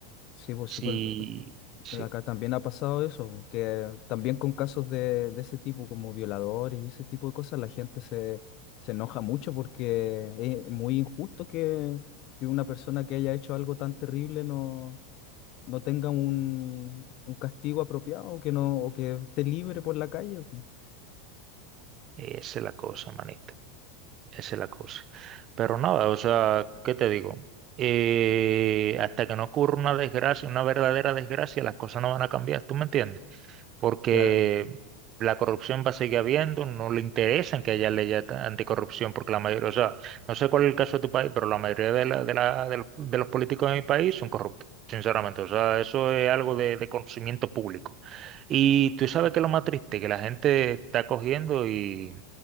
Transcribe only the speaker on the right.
Sí,
sí,
esa es la cosa, manito. Esa es la cosa. Pero nada, o sea, ¿qué te digo? Eh, hasta que no ocurra una desgracia, una verdadera desgracia, las cosas no van a cambiar, ¿tú me entiendes? porque
la corrupción va a seguir habiendo, no le interesan que haya leyes anta- anticorrupción, porque la mayoría, o sea, no sé cuál es el caso de tu país, pero la mayoría de, la- de, la- de los, de los políticos de mi país son corruptos. Sinceramente, o sea, eso es algo de, de conocimiento público. Y tú sabes que lo más triste, que la gente está cogiendo y,